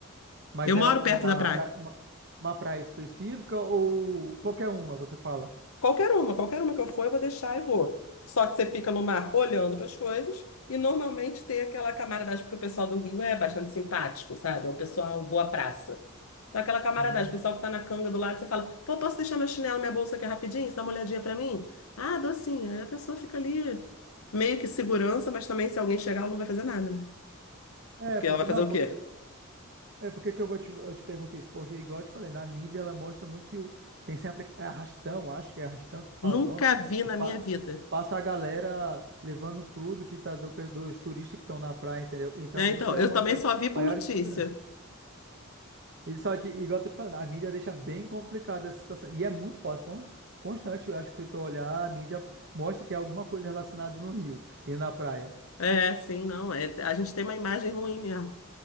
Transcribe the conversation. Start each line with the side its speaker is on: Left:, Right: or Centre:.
Right: Mas
Left: Eu
Right: é
Left: moro
Right: uma,
Left: perto da praia.
Right: pra- uma, uma praia específica ou qualquer uma, você fala?
Left: Qualquer uma, qualquer uma que eu for, eu vou deixar e vou. Só que você fica no mar olhando para as coisas e normalmente tem aquela camaradagem, porque o pessoal do Rio é bastante simpático, sabe? É um pessoal boa praça. Então, aquela camaradagem,
Right: Hum.
Left: o pessoal que tá na canga do lado, você fala: pô, posso deixar meu chinelo, minha bolsa aqui rapidinho? Você dá uma olhadinha para mim? Ah, dou sim. Aí a pessoa fica ali, meio que segurança, mas também se alguém chegar, ela não vai fazer nada, né?
Right: É,
Left: Porque
Right: porque
Left: ela vai fazer
Right: não,
Left: o
Right: porque
Left: quê?
Right: é porque que eu vou te, eu te pergunto isso, porque igual eu te falei, na mídia ela mostra muito que o, tem sempre é arrastão, acho que é arrastão que fala
Left: Nunca
Right: o nome,
Left: vi
Right: que
Left: na
Right: pa-
Left: minha vida.
Right: passa a galera levando tudo que tá do, dos turistas que estão na praia, entendeu? Então
Left: É, então,
Right: isso é
Left: eu
Right: uma
Left: também
Right: das
Left: só vi por
Right: maiores
Left: notícia.
Right: inseguranças. E só que, igual eu tô te falando, a mídia deixa bem complicada essa situação. E é muito forte, con- constante. Eu acho que se tu olhar, a mídia mostra que é alguma coisa relacionada no rio e na praia.
Left: É, sim, não. é- a gente tem uma imagem ruim mesmo.